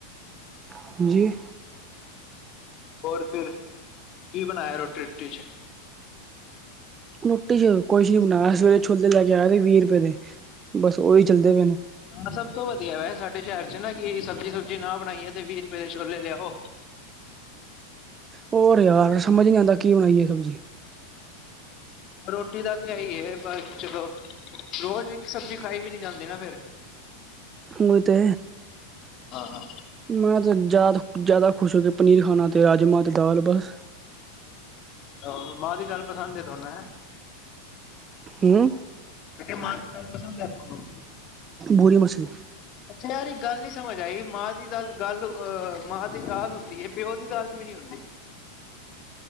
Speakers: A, on the right; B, on the left.
A: ਹਾਂਜੀ।
B: ਹੋਰ ਫਿਰ ਕੀ ਬਨਾਆ ਰੋਟੀ ਰੁਟੀ ਚ?
A: ਰੋਟੀ ਚ ਕੁਛ ਨੀ ਬਨਾਯਾ ਸਵੇਰੇ ਛਲੇ ਲੈ ਕੇ ਆਏ ਸੀ ਵੀ ਰੁਪੇ ਦੇ ਬਸ ਓਹੀ ਚੱਲਦੇ ਪੇ ਨੇ।
B: ਹਾਂ ਸਭ ਤੋ ਵਧੀਆ ਐ ਸਾਡੇ ਸ਼ੇਰ ਚ ਨਾ ਕਿ ਸਬਜੀ ਸੁਬਜੀ ਨਾ ਬਨਾਈਏ ਤੇ ਵੀ ਰੁਪੇ ਦੇ ਛੋਲੇ ਲਿਆਓ।
A: ਹੋਰ ਯਾਰ ਸਮਝ ਈ ਨੀ ਆਂਦਾ ਕੀ ਬਨਾਈਏ ਸਬਜੀ।
B: ਰੋਟੀ ਦਾ ਤੇ ਐ ਈ ਏ ਬਸ ਚਲੋ ਰੋਜ ਇੱਕ ਸਬਜੀ ਖਾਈ ਵੀ ਨੀ ਜਾਂਦੀ ਨਾ ਫੇਰ।
A: ਓ ਤੇ
B: ਹਾਂ
A: ਮੈਂ ਤੇ ਜਾਦਾ ਜਾਦਾ ਖੁਸ਼ ਹੋ ਕੇ ਪਨੀਰ ਖਾਨਾ ਤੇ ਰਾਜਮਾ ਤੇ ਦਾਲ ਬਸ
B: ਹਾ ਮਾਂ ਦੀ ਦਾਲ ਪਸੰਦ ਏ ਤਾਨੂੰ ਐ?
A: ਹੂੰ।
B: ਮੈਂ ਕਯਾ ਮਾਂ ਦੀ ਦਾਲ ਪਸੰਦ ਏ ਤੁਆਨੂੰ?
A: ਗੋਰੀ ਮਾਸੀ।
B: ਅੱਛਾ ਯਾਰ ਇਕ ਗੱਲ ਨੀ ਸਮਝ ਆਈ ਮਾਂ ਦੀ ਦਾਲ ਗੱਲ ਅ, ਮਾਂ ਦੀ ਦਾਲ ਹੁੰਦੀ ਏ ਪਿਓ ਦੀ ਦਾਲ ਕਯੋ ਨੀ ਹੁੰਦੀ?